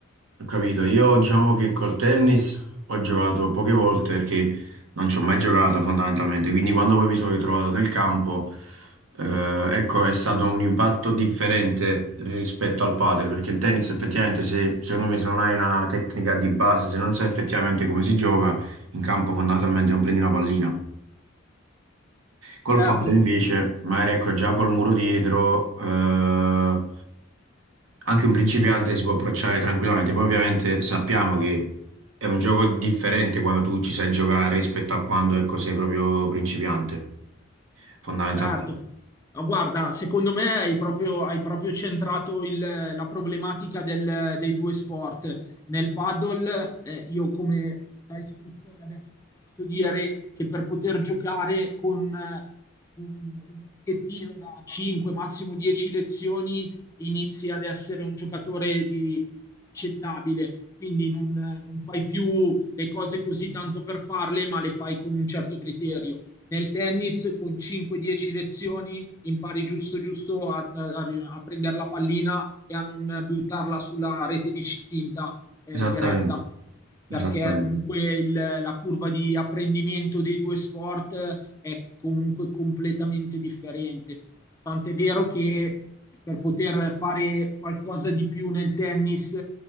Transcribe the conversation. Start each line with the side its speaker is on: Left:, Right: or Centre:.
Right: Ho capito, io diciamo che col tennis ho giocato poche volte perché non ci ho mai giocato fondamentalmente, quindi quando poi mi sono ritrovato nel campo, eh, ecco, è stato un impatto differente rispetto al padel, perché il tennis effettivamente, se, secondo me, se non hai una tecnica di base, se non sai effettivamente come si gioca, in campo fondamentalmente non prendi una pallina. Col
Left: Certo,
Right: padre invece, magari ecco già col muro dietro, eh, anche un principiante si può approcciare tranquillamente. Poi ovviamente sappiamo che è un gioco differente quando tu ci sai giocare rispetto a quando ecco, sei proprio principiante, fondamentalmente.
Left: Certo, Ma guarda, secondo me hai proprio, hai proprio centrato il- la problematica del- dei due sport. Nel paddle, eh, io come da istruttore adesso ti posso dire che per poter giocare con eh, un un pacchettino da 5, massimo 10 lezioni, inizi ad essere un giocatore di accettabile. Quindi non non fai più le cose così tanto per farle, ma le fai con un certo criterio. Nel tennis con 5-10 lezioni impari giusto giusto a, a, a prendere la pallina e a non buttarla sulla rete di cinta eh,
Right: Esattamente,
Left: diretta perché
Right: esattamente.
Left: comunque il, la curva di apprendimento dei due sport eh, è comunque completamente differente. Tant'è vero che per poter fare qualcosa di più nel tennis